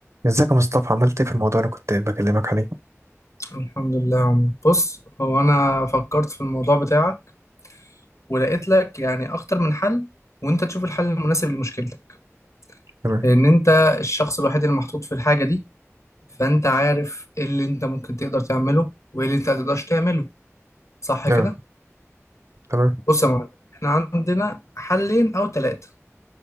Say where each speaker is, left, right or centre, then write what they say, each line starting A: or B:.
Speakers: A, on the right; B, on the left.
A: ازيك يا مصطفى عملت ايه في الموضوع اللي كنت بكلمك عليه
B: الحمد لله يا عمر بص هو انا فكرت في الموضوع بتاعك ولقيت لك يعني اكتر من حل وانت تشوف الحل المناسب لمشكلتك
A: تمام
B: لان انت الشخص الوحيد اللي محطوط في الحاجه دي فانت عارف ايه اللي انت ممكن تقدر تعمله وايه اللي انت ما تقدرش تعمله صح
A: اه
B: كده
A: تمام
B: بص يا معلم احنا عندنا حلين او ثلاثه